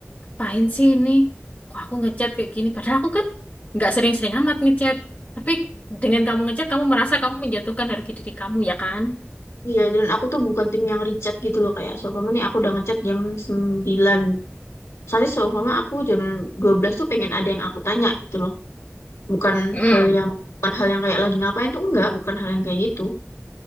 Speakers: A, on the left; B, on the left.
A: Pahin sih ini? Kok aku ngechat kayak gini? Padahal aku kan nggak sering-sering amat ngechat. Tapi dengan kamu ngechat, kamu merasa kamu menjatuhkan harga diri kamu ya kan?
B: iya dan aku tuh bukan tim yang richat gitu loh kayak seumpama nih aku udah ngechat jam 9 soalnya seumpama aku jam 12 tuh pengen ada yang aku tanya gitu loh bukan
A: Ya.
B: hal yang bukan hal yang kayak lagi ngapain tuh enggak bukan hal yang kayak gitu